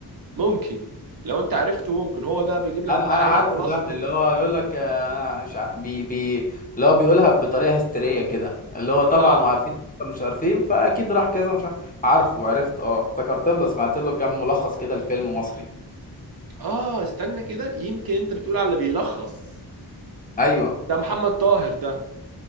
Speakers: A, on the right (about 60°); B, on the left (about 20°).
A: ممكن لو انت عرفته ممكن هو ده بيجيب لك
B: انا
A: بقى
B: انا عارفه
A: ايه خلاصة
B: ده اللي
A: ال...
B: هو يقول لك آه، انا مش ع... بي بي اللي هو بيقولها بطريقه هستيريه كده اللي هو طبعا
A: اه
B: وعارفين مش عارفين فاكيد راح كذا مش عارف عارفه عرفت اه افتكرت له سمعت له كام ملخص كده الفيلم مصري
A: اه استنى كده يمكن انت بتقول على اللي بيلخص
B: ايوه
A: ده محمد طاهر ده